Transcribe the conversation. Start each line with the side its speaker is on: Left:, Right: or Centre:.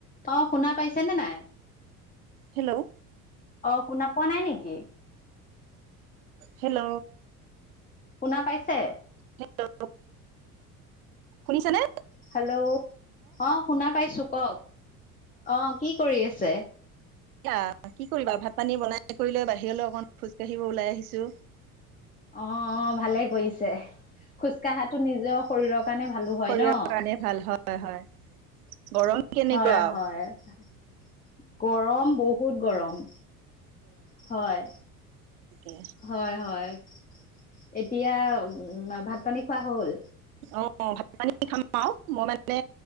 Left: অঁ, শুনা পাইছেনে নাই?
Right: হেল্ল'
Left: অ শুনা পোৱা নাই নেকি
Right: হেল্ল'।
Left: শুনা পাইছে?
Right: হেল্ল শুনিছানে?
Left: হেল্ল' অ শুনা পাইছো কওক? অ কি কৰি আছে?
Right: এয়া কি কৰিবা ভাত পানী বনাই কৰি লৈ বাহিৰলৈ অকমান খোজ কাঢ়িব ওলাই আহিছো।
Left: অ অ ভালে কৰিছে খোজ কাঢ়াটো নিজৰ শৰীৰৰ কাৰণে ভালো হয়
Right: শৰীৰৰ
Left: ন।
Right: কাৰণে ভাল হয় হয় গৰম কেনেকুৱা
Left: হয় হয় গৰম বহুত গৰম হয়।
Right: তাকে
Left: হয় হয় এতিয়া উ ভাত-পানী খোৱা হ'ল
Right: অ ভাত-পানী খাম আৰু মই মানে